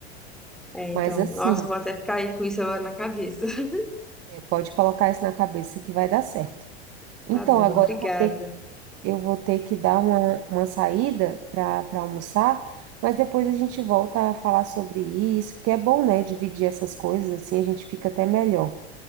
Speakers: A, in the centre; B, on the right.
A: É, então,
B: Mas assim.
A: nossa, vou até ficar aí com isso agora na cabeça. <laughs>
B: É, pode colocar isso na cabeça que vai dar certo. Então,
A: Tá bom,
B: agora
A: obrigada.
B: eu vou ter que, eu vou ter que dar uma, uma saída para para almoçar, mas depois a gente volta a falar sobre isso, porque é bom, né? Dividir essas coisas assim, a gente fica até melhor. Tá